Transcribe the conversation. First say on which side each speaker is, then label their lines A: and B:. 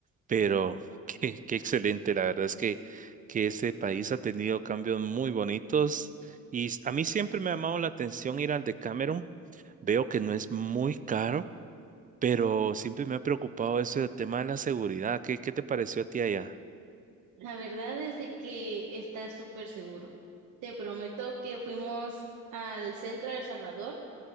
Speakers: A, on the right; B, on the right.
A: pero <laughs> qué, qué excelente. La verdad es que, que ese país ha tenido cambios muy bonitos y s- a mí siempre me ha llamado la atención ir al de Cameron. Veo que no es muy caro, pero siempre me ha preocupado eso del tema de la seguridad. ¿Qué, qué te pareció a ti allá?
B: La verdad es de que está súper seguro. Te prometo que fuimos al centro de El Salvador